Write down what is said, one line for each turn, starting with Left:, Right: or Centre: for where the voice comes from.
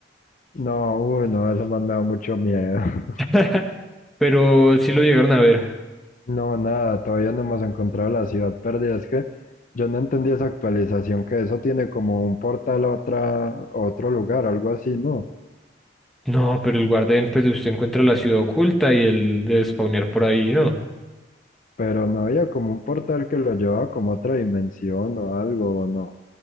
Left: No, uy, no, eso más me da mucho miedo. <laughs>
Centre: <laughs> Pero sí lo llegaron a ver.
Left: No, nada, todavía no hemos encontrado la ciudad perdida. Es que yo no entendí esa actualización, que eso tiene como un portal a otra, a otro lugar, algo así, ¿no?
Centre: No, pero el Warden, pues usted encuentra la ciudad oculta y el de spawnear por ahí, ¿no?
Left: Pero no había como un portal que lo llevaba como a otra dimensión o algo, ¿o no?